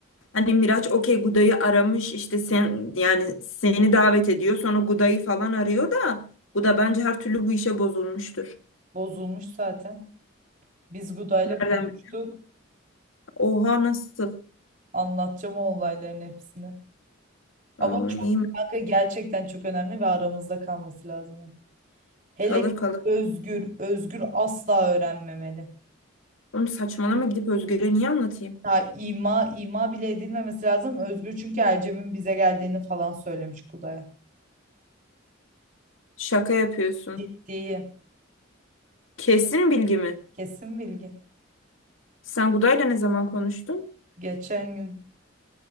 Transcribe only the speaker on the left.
Hani Miraç okey Guda'yı aramış işte sen yani seni davet ediyor sonra Guda'yı falan arıyor da Guda bence her türlü bu işe bozulmuştur.
Nereden
bil- Oha nasıl?
Aa,
iyi mi?
Kalır
kalır.
Oğlum saçmalama gidip Özgür'e niye anlatayım?
Şaka yapıyorsun.
Kesin bilgi mi?
Sen Guda'yla ne zaman konuştun?